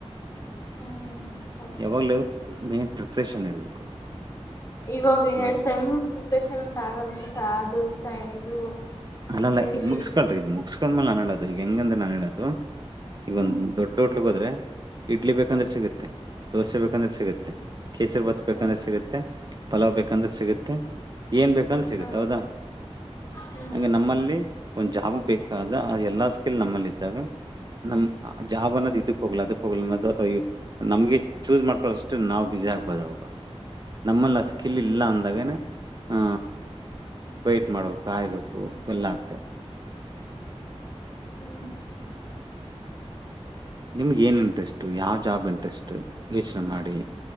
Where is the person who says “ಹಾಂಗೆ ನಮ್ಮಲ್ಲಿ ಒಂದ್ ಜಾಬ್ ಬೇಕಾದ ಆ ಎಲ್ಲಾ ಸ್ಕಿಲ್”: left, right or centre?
Right